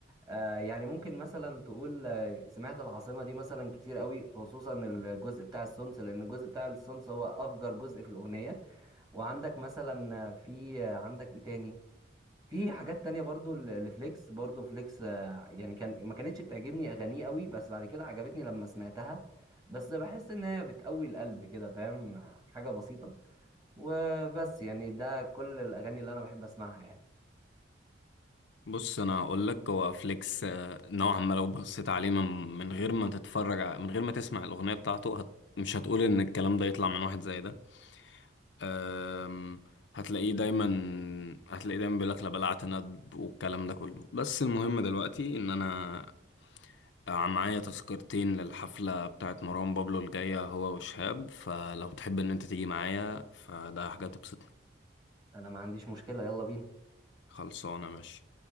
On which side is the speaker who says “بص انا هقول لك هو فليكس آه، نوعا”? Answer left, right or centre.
Left